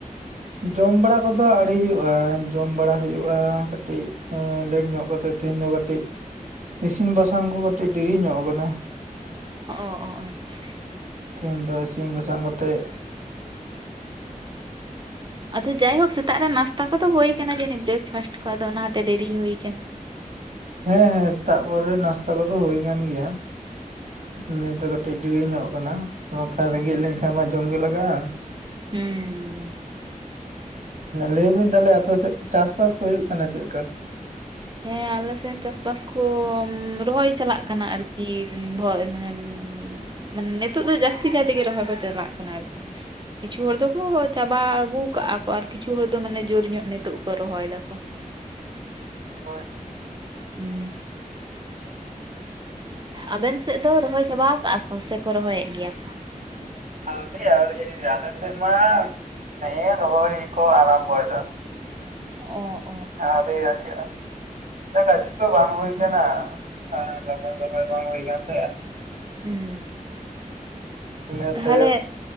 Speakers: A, on the right; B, on the right.
A: ᱡᱚᱢ ᱵᱟᱲᱟ ᱠᱚᱫᱚ ᱟᱲᱤ ᱦᱩᱭᱩᱜᱼᱟ, ᱡᱚᱢ ᱵᱟᱲᱟ ᱦᱩᱭᱩᱜᱼᱟ ᱠᱟᱹᱴᱤᱡ ᱮᱸ ᱞᱮᱴ ᱧᱚᱜ ᱠᱟᱛᱮᱫ ᱛᱮᱦᱮᱧ ᱫᱚ ᱠᱟᱹᱴᱤᱡ ᱤᱥᱤᱱ ᱵᱟᱥᱟᱝ ᱠᱚ ᱠᱟᱹᱴᱤᱡ ᱰᱮᱨᱤ ᱧᱚᱜ ᱟᱠᱟᱱᱟ᱾
B: ᱦᱚᱸᱜ-ᱚ ᱚ ᱟᱪᱪᱷᱟ᱾
A: ᱛᱮᱦᱮᱧ ᱫᱚ ᱤᱥᱤᱝ ᱵᱟᱥᱟᱝ ᱠᱟᱛᱮᱜ
B: ᱟᱫᱚ ᱡᱟᱭᱦᱳᱠ ᱥᱮᱛᱟᱜ ᱨᱮ ᱱᱟᱥᱛᱟ ᱠᱚᱫᱚ ᱦᱩᱭ ᱠᱟᱱᱟ ᱡᱟᱹᱱᱤᱡ ᱵᱨᱮᱠᱯᱷᱟᱥᱴ ᱠᱚ ᱟᱫᱚ ᱚᱱᱟᱛᱮ ᱫᱮᱨᱤ ᱦᱩᱭ ᱠᱟᱱᱟ᱾
A: ᱦᱮᱸ ᱦᱮᱸ ᱥᱮᱛᱟᱜ ᱠᱚᱨᱮ ᱱᱟᱥᱛᱟ ᱠᱚᱫᱚ ᱦᱩᱭ ᱠᱟᱱ ᱜᱮᱭᱟ, ᱱᱤᱭᱟᱹ ᱫᱚ ᱠᱟᱹᱴᱤᱡ ᱰᱮᱨᱤ ᱧᱚᱜ ᱠᱟᱱᱟ, ᱵᱟᱝᱠᱷᱟᱡ
B: ᱦᱩᱸ
A: ᱨᱮᱸᱜᱮᱡ ᱞᱮᱝᱠᱷᱟᱱ ᱢᱟ ᱡᱚᱢ ᱜᱮ ᱞᱟᱜᱟᱜᱼᱟ᱾
B: ᱦᱩᱸ᱾
A: ᱞᱟᱹᱭ ᱵᱤᱱ ᱛᱟᱦᱚᱞᱮ ᱟᱯᱮ ᱥᱮᱫ ᱪᱟᱥ ᱵᱟᱥ ᱠᱚ ᱦᱩᱭᱩᱜ ᱠᱟᱱᱟ ᱪᱮᱫᱠᱟ?
B: ᱦᱮᱸ ᱟᱞᱮ ᱥᱮᱱ ᱪᱟᱥᱵᱟᱥ ᱠᱚ ᱨᱚᱦᱚᱭ ᱪᱟᱞᱟᱜ ᱠᱟᱱᱟ ᱟᱨᱠᱤ <unintelligible> ᱢᱟᱱᱮ ᱢᱟᱱᱮ ᱱᱤᱛᱚᱜ ᱫᱚ ᱡᱟᱥᱛᱤ ᱠᱟᱭ ᱛᱮᱜᱮ ᱨᱚᱦᱚᱭ ᱠᱚ ᱪᱟᱞᱟᱜ ᱠᱟᱱᱟ ᱟᱨᱠᱤ᱾ ᱠᱤᱪᱷᱩ ᱦᱚᱲ ᱫᱚᱠᱚ ᱪᱟᱵᱟ ᱟᱜᱩ ᱠᱟᱜᱼᱟ ᱠᱚ ᱟᱨ ᱠᱤᱪᱷᱩ ᱦᱚᱲ ᱫᱚ ᱢᱟᱱᱮ ᱡᱳᱨ ᱧᱚᱜ ᱱᱤᱛᱚᱜ ᱠᱚ ᱨᱚᱦᱚᱭ ᱫᱟᱠᱚ᱾
A: <inaudible>
B: ᱦᱩᱸ᱾ ᱟᱵᱮᱱ ᱥᱮᱫ ᱫᱚ ᱨᱚᱦᱚᱭ ᱪᱟᱵᱟᱣ ᱠᱟᱜᱼᱟ ᱠᱚ ᱥᱮᱠᱚ ᱨᱚᱦᱚᱭᱮᱜ ᱜᱮᱭᱟ ᱠᱚ?
A: ᱟᱣᱨᱤ ᱟᱣᱨᱤ ᱟᱞᱮ ᱥᱮᱫᱢᱟ ᱱᱮ-ᱮ ᱨᱚᱦᱚᱭ ᱠᱚ ᱟᱨᱟᱢᱳᱭ ᱫᱟ᱾
B: <unintelligible>
A: ᱟᱣᱨᱤ ᱟᱣᱨᱤᱭᱟᱜ-ᱟ, <inaudible> ᱜᱟᱪᱷᱤ ᱠᱚ ᱵᱟᱝ ᱦᱩᱭ ᱠᱟᱱᱟ᱾ ᱟᱨ <unintelligible> ᱵᱟᱝ ᱦᱩᱭ ᱠᱟᱱ ᱛᱟᱦᱮᱸᱜ-ᱟ᱾
B: ᱦᱩᱸ,
A: ᱤᱱᱟᱹᱛᱮ
B: ᱛᱟᱦᱚᱞᱮ